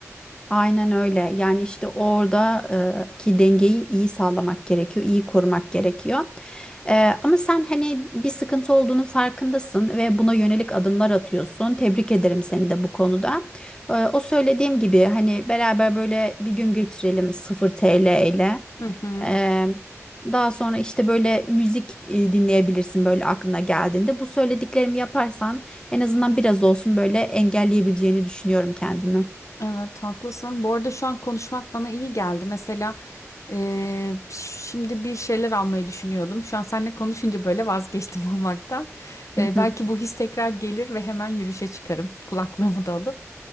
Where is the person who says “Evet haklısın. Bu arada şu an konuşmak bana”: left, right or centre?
Left